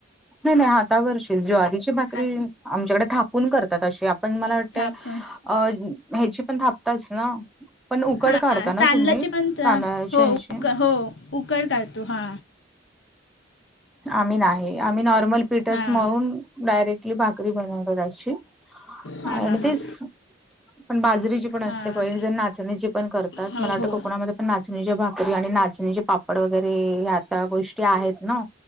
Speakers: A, in the centre; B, on the left.
A: नाही नाही हातावरर ज्वारीची भाकरी
B: हात
A: आमच्याकडे थापून करतात अशी पण मला वाटतें.
B: थापून
A: अ ह्याची पण थापताच ना पण उकड
B: हां
A: काढता ना
B: तांदळाची
A: तुम्ही
B: पण हो
A: तांदळाच्या ह्याची?
B: उ हो उकड काढतो हा
A: आम्ही नाही आम्ही नॉर्मल पीटर्स
B: हां
A: म्हणून डायरेक्ट कली भाकरी बन कराची
B: हां
A: आणि
B: हां हां
A: तेच पण बाजरीची पण असते
B: हां
A: क जण नाचणीची पण करतात
B: हो
A: मला वाटतं
B: हो
A: कोकणामध्ये पण नाचणीच्या भाकरी आणि नाचणीचे पापड वगैरे आता गोष्टी आहेत ना